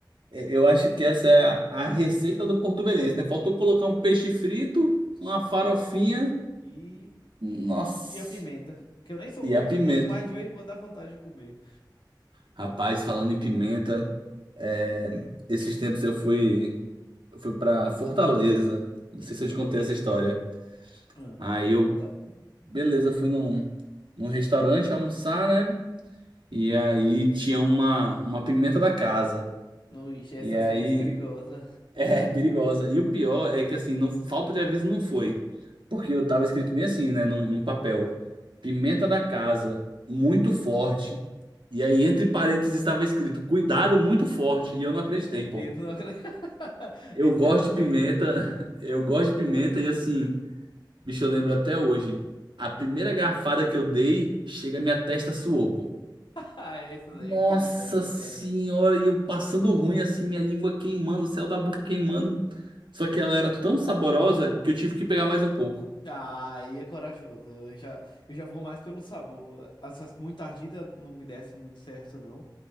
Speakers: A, on the right (about 85°); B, on the left (about 75°).
A: é, eu acho que essa é a, a receita do porto-velhense, né? Faltou colocar um peixe frito,
B: Sim.
A: uma farofinha,
B: Um- E,
A: nossa,
B: e a pimenta, que eu nem sou
A: e
B: curto
A: a pimenta.
B: muito, mas de vez em quando dá vontade de comer.
A: Rapaz, falando em pimenta, é, esses tempos eu fui, eu fui para Fortaleza. Não sei se eu te contei essa história.
B: Ah,
A: Aí
B: pode
A: eu,
B: contar.
A: beleza, fui num, num restaurante almoçar, né? E aí tinha uma, uma pimenta da casa.
B: No, ixi, essas
A: E aí
B: aí é perigosa.
A: <laughs> é perigosa. E o pior é que assim, não, falta de aviso não foi. Porque eu tava escrito bem assim, né, num, num papel. Pimenta da casa, muito forte. E aí entre parênteses estava escrito cuidado muito forte. E eu não acreditei, pô.
B: E não... acre- <laughs>
A: Eu
B: Esse
A: gosto
B: é o
A: de
B: medo.
A: pimenta,
B: <laughs>
A: <laughs> eu gosto de pimenta e assim, bicho, eu lembro até hoje. A primeira garfada que eu dei, chega a minha testa suou, pô.
B: Ah, essa daí
A: Nossa
B: é perigosa,
A: senhora,
B: cara.
A: e eu passando ruim assim, minha língua queimando, o céu da boca queimando. Só que ela era tão saborosa que eu tive que pegar mais um pouco.
B: Ah, aí é corajoso. Eu já, eu já vou mais pelo sabor. Essas muito ardidas não me desce muito certo, não.